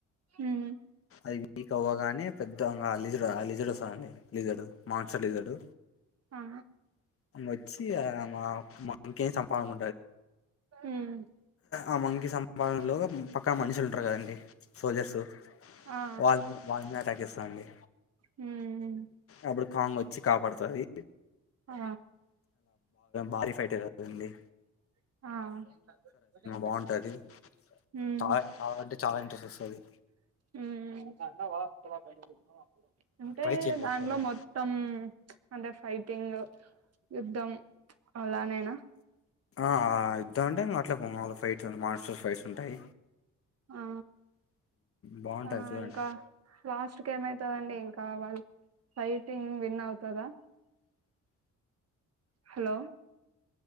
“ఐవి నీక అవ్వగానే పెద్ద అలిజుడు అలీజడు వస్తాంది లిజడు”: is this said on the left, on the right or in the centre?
Left